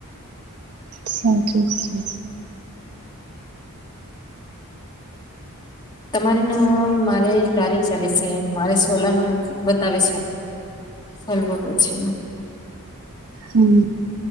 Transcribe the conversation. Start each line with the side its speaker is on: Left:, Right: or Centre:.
Right: અચ્છ જી છે.
Left: તમારે ના મારે લારી ચાલે છે મારે સોલા નું બતાવે છે. સ્વલ્ભ પ છેલા.
Right: હમ.